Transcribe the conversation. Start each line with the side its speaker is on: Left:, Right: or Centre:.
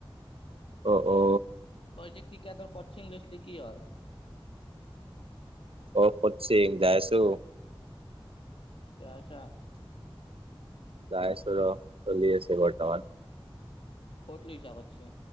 Right: অ, অ।
Left: তই যে ক্ৰিকেটৰ কৌচিং লৈছিলি কি হল?
Right: অ, খতচি যাই আছোঁ।
Left: যাই আছা।
Right: যাই আছোঁ ৰ, চলি আছে বৰ্তমান।
Left: ক'ত লৈছো কৌসিং?